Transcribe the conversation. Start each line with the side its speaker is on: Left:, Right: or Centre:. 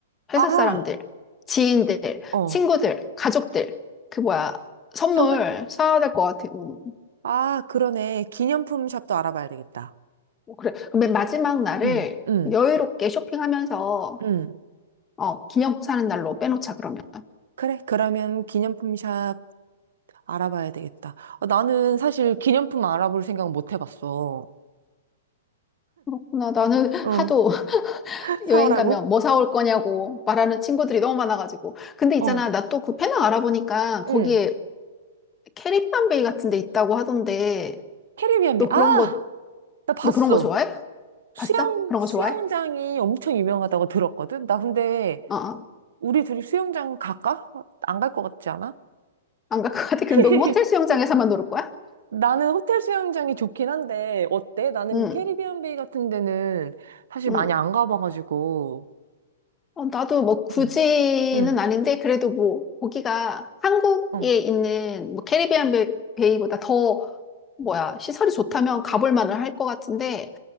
Left: 회사
Right: 아,
Left: 사람들, 지인들,
Right: 어.
Left: 친구들, 가족들, 그 뭐야, 선물
Right: 선물?
Left: 사야 될 것 같아. 음,
Right: 아, 그러네. 기념품 샵도 알아봐야 되겠다.
Left: 뭐 그래. 그럼 맨 마지막 날을
Right: 응, 응,
Left: 여유롭게 쇼핑하면서
Right: 응.
Left: 어, 기념 사는 날로 빼놓자, 그러면.
Right: 그래, 그러면 기념품 샵 알아봐야 되겠다. 아, 나는 사실 기념품 알아볼 생각 못 해봤어.
Left: 그렇구나. 나는
Right: 응,
Left: 하도 <laughs>
Right: <laughs>
Left: 여행
Right: 사오라고?
Left: 가면 뭐 사올 거냐고 말하는 친구들이 너무 많아가지고. 근데 있잖아,
Right: 어.
Left: 나 또 그 페낭 알아보니까 거기에
Right: 응.
Left: 캐릭터 베이 같은 데 있다고 하던데,
Right: 캐리비안
Left: 너
Right: 비, 아!
Left: 그런 거,
Right: 나 봤어.
Left: 너 그런 거 좋아해?
Right: 수영,
Left: 봤어? 그런
Right: 수영장이
Left: 거 좋아해?
Right: 엄청 유명하다고 들었거든? 나 근데
Left: 어, 어.
Right: 우리 둘이 수영장 갈까? 안 갈 것 같지 않아?
Left: 안 갈 것 같아. 그럼
Right: <laughs>
Left: 너 호텔 수영장에서만 놀을 거야?
Right: 나는 호텔 수영장이 좋긴 한데, 어때? 나는
Left: 응,
Right: 캐리비안 베이 같은 데는 사실
Left: 응.
Right: 많이 안 가봐가지고.
Left: 어, 나도 뭐 굳이는
Right: 응. 응.
Left: 아닌데 그래도 뭐 거기가 한국에
Right: 어.
Left: 있는 뭐 캐리비안 베- 베이보다 더 뭐야 시설이 좋다면 가볼 만을 할 것 같은데